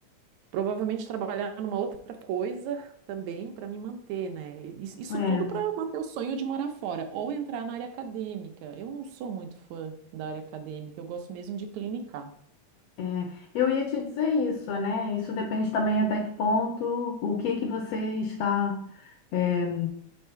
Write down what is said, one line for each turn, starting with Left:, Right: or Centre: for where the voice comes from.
Right: Provavelmente trabalhar numa outra coisa também para me manter, né? Is- Isso
Left: É.
Right: tudo para manter o sonho de morar fora ou entrar na área acadêmica. Eu não sou muito fã da área acadêmica, eu gosto mesmo de clinicar.
Left: É, eu ia te dizer isso, né? Isso depende também até que ponto, o que que você está, é,